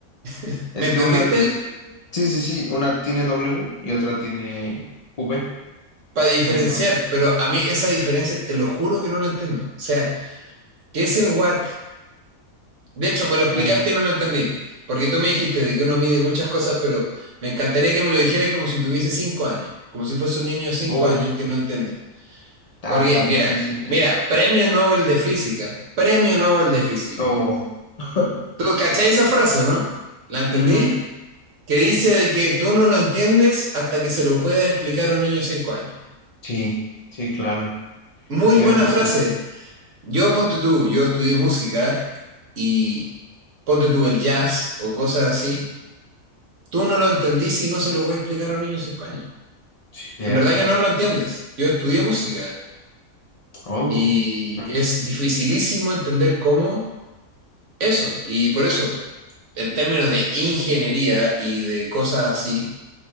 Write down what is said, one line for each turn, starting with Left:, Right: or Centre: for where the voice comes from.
Right: <laughs>
Left: Es
Right: ¿me entendiste?
Left: que una, pues, sí, sí, sí, una tiene W y otra tiene V,
Right: Para diferenciar,
Left: entonces,
Right: pero a mí esa diferencia te lo juro que no la entiendo. O sea, ¿qué es el watt? De hecho, me lo explicaste
Left: eh,
Right: y no lo entendí. Porque tú me dijiste de que uno mide muchas cosas, pero me encantaría que me lo dijeras como si tuviese cinco años, como si fuese un niño de cinco
Left: uf,
Right: años que no entiende.
Left: está,
Right: Porque,
Left: está difícil,
Right: mira,
Left: ¿eh?
Right: mira, premio Nobel de Física, premio Nobel de Física.
Left: Oh, <laughs>
Right: ¿Tú cacháis esa frase, no? ¿La entendí?
Left: ujú,
Right: Que dice de que tú no lo entiendes hasta que se lo puedes explicar a un niño de cinco años.
Left: Sí, sí, claro,
Right: Muy
Left: cierto,
Right: buena frase.
Left: cierto,
Right: Yo, ponte tú, yo estudié música y ponte tú el jazz o cosas así Tú no lo entendís y no se lo voy a explicar a un niño de 5 años.
Left: cierto,
Right: En verdad que no lo entiendes. Yo estudié música
Left: oh,
Right: y
Left: ah,
Right: es dificilísimo entender cómo eso. Y por eso, en términos de ingeniería y de cosas así,